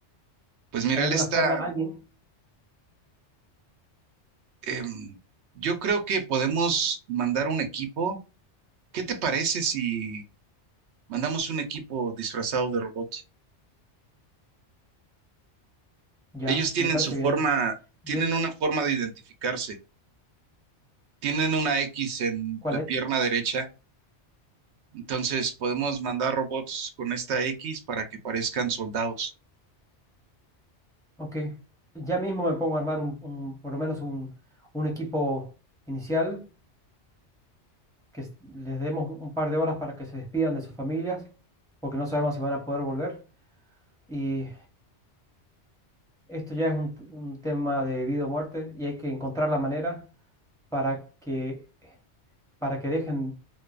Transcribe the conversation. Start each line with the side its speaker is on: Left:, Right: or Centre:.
Right: Pues mira,
Centre: ¿Hay
Right: él
Centre: alguna
Right: está...
Centre: forma, alguien?
Right: em, yo creo que podemos mandar un equipo. ¿Qué te parece si mandamos un equipo disfrazado de robot?
Centre: Ya,
Right: Ellos tienen
Centre: me parece
Right: su forma,
Centre: bien. Yo,
Right: tienen una forma de identificarse. Tienen una X en
Centre: ¿cuál
Right: la
Centre: es?
Right: pierna derecha, entonces podemos mandar robots con esta X para que parezcan soldados.
Centre: Ok. Ya mismo me pongo a armar un, un- por lo menos un, un equipo inicial, que s- les demos un par de horas para que se despidan de sus familias, porque no sabemos si van a poder volver. Y Esto ya es un, un tema de vida o muerte y hay que encontrar la manera para que, para que dejen